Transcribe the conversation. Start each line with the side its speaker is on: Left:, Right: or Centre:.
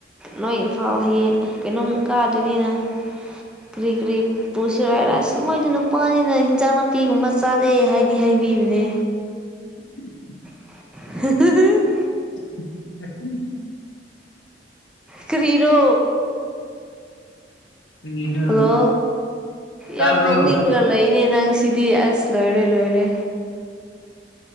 Centre: ꯅꯣꯏ ꯏꯝꯐꯥꯜ ꯍꯌꯦꯡ ꯀꯩꯅꯣ ꯀꯥ ꯅꯤꯅ ꯀꯔꯤ ꯀꯔꯤ ꯄꯨ ꯆꯨꯔꯥꯏ ꯔꯥꯏꯁ ꯃꯣꯏꯗꯤ ꯅꯨꯄꯥꯅꯤꯅ ꯍꯤꯟꯖꯥꯡ ꯅꯥꯄꯤꯒꯨꯝꯕ ꯆꯥꯗꯦ ꯍꯥꯏꯗꯤ ꯍꯥꯏꯕꯤꯕꯅꯦ
Left: <unintelligible> <inaudible>
Centre: <unintelligible> <inaudible>
Left: <unintelligible> <inaudible>
Centre: ꯀꯤꯔꯣ
Left: ꯀꯔꯤꯅꯣ
Centre: ꯍꯜꯂꯣ
Left: ꯇꯥꯕ꯭ꯔꯣ
Centre: ꯌꯥꯝ ꯅꯣꯛꯅꯤꯡꯅꯒ
Left: ꯑꯗꯨ
Centre: ꯂꯩꯏꯅꯦ ꯅꯪ ꯁꯤꯗꯤ ꯑꯁ ꯂꯣꯏꯔꯦ ꯂꯣꯏꯔꯦ